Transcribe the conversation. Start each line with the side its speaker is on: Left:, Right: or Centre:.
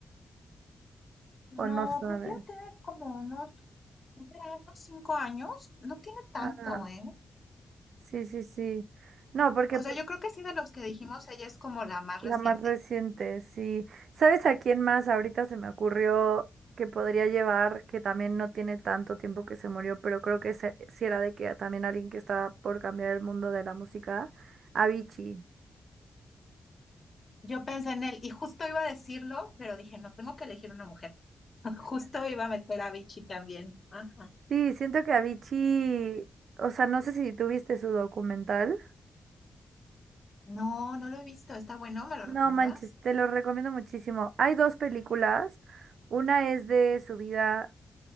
Left: No,
Right: ¿O no sabe?
Left: creo que tiene como unos Es de unos cinco años, no tiene tanto,
Right: Ah,
Left: ¿eh?
Right: sí, sí, sí. No, porque
Left: O
Right: pues,
Left: sea, yo creo que sí de los que dijimos, ella es como la más reciente.
Right: la más reciente, sí. ¿Sabes a quién más ahorita se me ocurrió que podría llevar, que también no tiene tanto tiempo que se murió, pero creo que se- sí era de que también alguien que estaba por cambiar el mundo de la música? Avicii.
Left: Yo pensé en él y justo iba a decirlo, pero dije, no, tengo que elegir una mujer. <laughs> Justo iba a meter a Vichy también. Ajá.
Right: Sí, siento que Avicii, o sea, no sé si tuviste su documental.
Left: No, no lo he visto. Está bueno, ¿me lo
Right: No
Left: recomiendas?
Right: manches, te lo recomiendo muchísimo. Hay dos películas. Una es de su vida